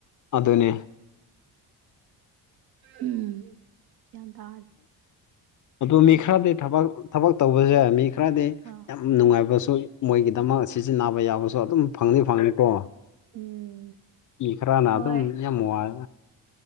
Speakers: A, on the left; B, on the right.
A: ꯑꯗꯨꯅꯦ
B: ꯎꯝ ꯒ꯭ꯌꯥꯟ ꯇ
A: ꯑꯗꯨ ꯃꯤ ꯈꯔꯗꯤ ꯊꯕꯛ ꯊꯕꯛ ꯇꯧꯕꯁꯦ ꯃꯤ ꯈꯔꯗꯤ
B: ꯑꯥ
A: ꯌꯥꯝ ꯅꯨꯡꯉꯥꯏꯕꯁꯨ ꯃꯣꯏꯒꯤꯗꯃꯛ ꯁꯤꯖꯤꯟꯅꯕ ꯌꯥꯕꯁꯨ ꯑꯗꯨꯝ ꯐꯪꯗꯤ ꯐꯪꯅꯤꯀꯣ
B: ꯎꯝ
A: ꯃꯤ ꯈꯔꯥꯅ
B: ꯍꯣꯏ
A: ꯑꯗꯨꯝ ꯌꯥꯝ ꯋꯥꯏ